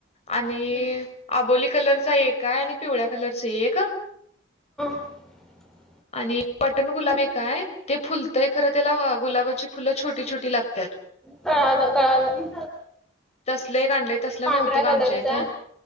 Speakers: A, on the left (about 35°); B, in the centre.
A: आणि
B: हम्म.
A: आबोली कलरचा एक आहे आणि पिवळ्या कलरचा एक.
B: <inaudible>
A: आणि बटण गुलाबी काय. ते फुलतंय खरं त्याला गुलाबाची फुलं छोटी छोटी लागतात.
B: कळालं कळालं
A: तसले एक आणले तसले
B: पांढऱ्या
A: नव्हत. का
B: कलरचा
A: आमच्या इथं